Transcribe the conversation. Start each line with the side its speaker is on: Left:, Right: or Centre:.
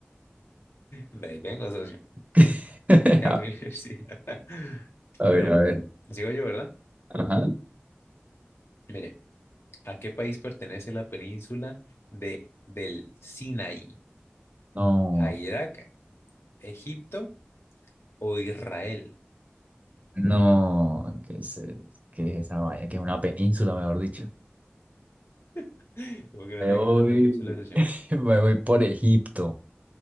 Left: De ahí vengo, socio.
Right: <laughs>
Left: A mi universidad. <laughs>
Right: A
Left: Bueno,
Right: ver, a ver.
Left: sigo yo, ¿verdad?
Right: Ajá.
Left: Mire, ¿a qué país pertenece la península de, del Sinaí?
Right: No,
Left: a Irak, Egipto o Israel. <gasps>
Right: no, ¿qué es, qué es esa vaina? Que es una península, mejor dicho.
Left: <laughs> Porque no
Right: Me
Left: sé
Right: voy,
Left: que es una península, socio.
Right: <laughs> me voy por Egipto.